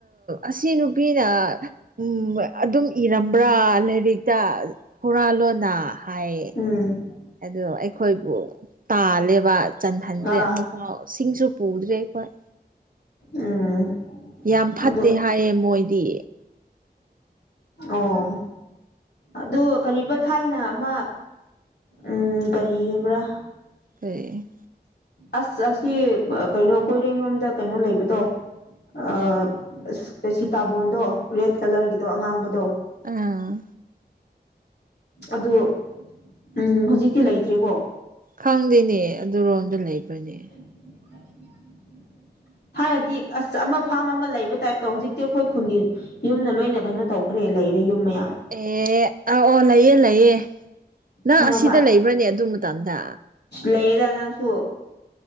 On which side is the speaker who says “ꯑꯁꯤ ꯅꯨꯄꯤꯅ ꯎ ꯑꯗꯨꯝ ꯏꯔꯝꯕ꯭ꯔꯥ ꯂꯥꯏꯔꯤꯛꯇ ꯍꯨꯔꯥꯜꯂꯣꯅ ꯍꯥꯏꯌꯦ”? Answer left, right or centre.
Right